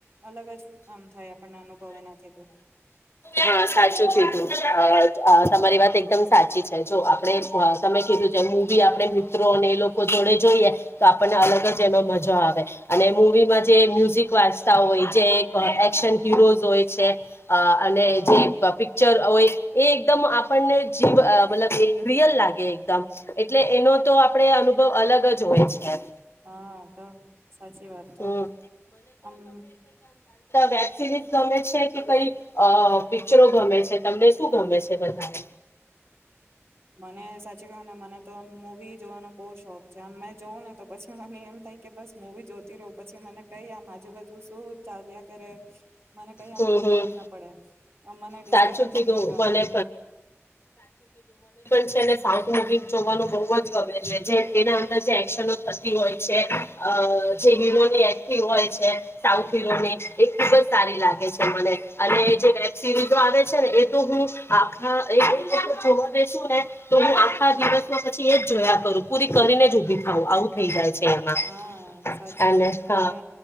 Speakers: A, on the right (about 55°); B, on the left (about 55°).
A: અલગ જ આમ થાય આપણને અનુભવ એનાથી તો
B: હા સાચું કીધું અ તમારી વાત એકદમ સાચી છે જો આપણે તમે કીધું છે મવી આપણે મિત્રોને એ લોકો જોડે જોઈએ તો આપણને અલગ જ એનો મજો આવે અને મૂવીમાં જે મ્યુઝિક વાંચતા હોય જે એક્શન હીરોઝ હોય છે અને
A: હા
B: જે હોય એ એકદમ આપણને જીવ મતલબ એ રિયલ લાગે એકદમ એટલે એનો તો આપણે અનુભવ અલગ જ હોય છે
A: હા તો સાચી વાત તો
B: હમ
A: આમ
B: વેબસિરિજ઼ ગમે છે કે કઈ અ પિક્ચરો ગમે છે તમને શું ગમે છે વધારે
A: મને સાચી કું ને મને તો આમ મુવી જોવાનો બહુ શોખ છે આમ મેં જોવું ને તો પછી મને એમ થાય કે બસ મુવી જોતી રહું પછી મને કઈ આમ આજુબાજુ તું ચાલ જ્યા કરે મને કઈ આમ
B: હમ
A: ખબર
B: હમ
A: જ ના પડે આમ મને ડિસ્ટર્બન્સ
B: સાચું કીધું
A: બી નહી ગમે
B: મને છેને સાઉથ મુવી જોવાનું બઉ જ ગમે છે જે એના અંદર જે એક્શનો થતી હોય છે અ જે હીરોની એક હોય છે સાઉથ હીરોની એ ખુબ જ સારી લાગે મને અને
A: હમ,
B: જે વેબ સિરીઝ જો આવે છે ને એ તો હું આખા જોવા દસું ને તો હું આખા દિવસમાં પછી એ જ જોયા કરું પૂરી કરીને જ ઉભી થાવ આવું થઈ જાય છે. એમાં
A: હા સાચી
B: અને
A: વાત
B: હા
A: મેને